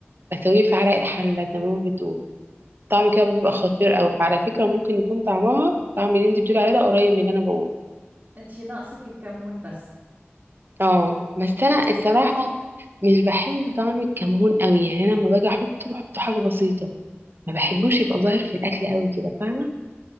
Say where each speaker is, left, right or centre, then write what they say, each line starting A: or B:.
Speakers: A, on the right; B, on the right.
A: اسويه في عرق الحله زي ما بتقول طعم
B: مهم.
A: كده بيبقى خطير قوي فعلى فكره ممكن يكون طعمها طعم اللي انت بتقولي عليه ده قريب من اللي انا بقوله
B: انت ناقصك الكمون بس
A: اه بس
B: زاوي
A: انا الصراحه مش بحب طعم الكمون قوي يعني انا لما باجي احطه بحطه حاجه بسيطه ما بحبوش يبقى ظاهر في الاكل قوي كده فاهمه